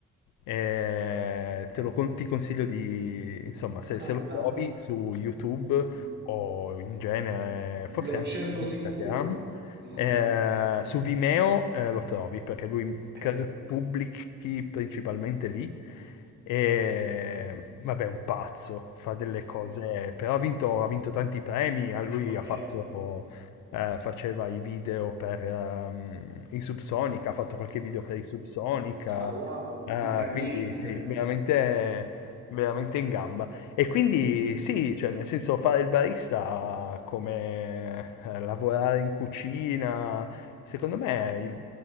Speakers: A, on the left (about 80°); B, on the right (about 35°).
A: eh, te lo con- ti consiglio di, insomma, se,
B: Madonna,
A: se lo trovi su YouTube
B: mm,
A: o in genere, forse
B: lo
A: anche
B: cerco
A: su Instagram,
B: sicuro. Mhm.
A: eh, su Vimeo, eh, lo trovi perché lui
B: Ok,
A: credo che pubblichi giochi principalmente lì. E vabbè, è un pazzo, fa delle
B: ok,
A: cose, però ha vinto, ha vinto tanti premi. a Lui
B: ok.
A: ha fatto, eh, faceva i video per ehm, i Subsonica, ha fatto qualche video per i Subsonica.
B: Ah, wow,
A: eh,
B: mica niente.
A: quindi sì, veramente, veramente in gamba. E quindi sì, cioè, nel senso fare il barista come eh, lavorare in cucina, secondo me